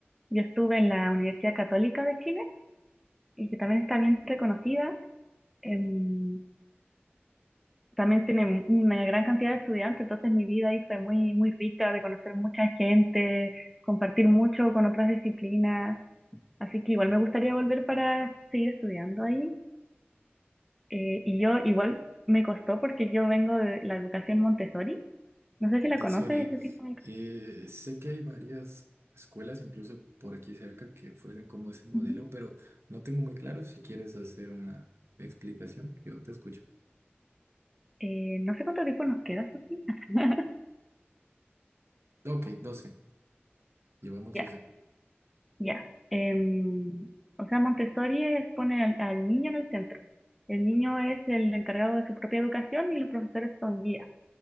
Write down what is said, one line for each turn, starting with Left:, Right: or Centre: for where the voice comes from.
Centre: Yo estuve en la Universidad Católica de Chile y que también está bien reconocida. em, también tiene una gran cantidad de estudiantes, entonces mi vida ahí fue muy, muy rica de conocer mucha gente, compartir mucho con otras disciplinas. Así que igual me gustaría volver para seguir estudiando ahí. Eh, y yo igual me costó porque yo vengo de la educación Montessori. No sé
Right: Montessori.
Centre: si la conoces, ese tipo de...
Right: eh, sé que hay varias escuelas, incluso por aquí cerca, que ofrecen como ese modelo,
Centre: Ujú.
Right: pero no tengo muy claro si quieres hacer una explicación. Yo te escucho.
Centre: Eh, no sé cuánto tiempo nos queda. <laughs>
Right: Ok, 12. Llevamos
Centre: Ya.
Right: 12.
Centre: Ya. em, o sea, Montessori es poner al, al niño en el centro. El niño es el encargado de su propia educación y los profesores son guías.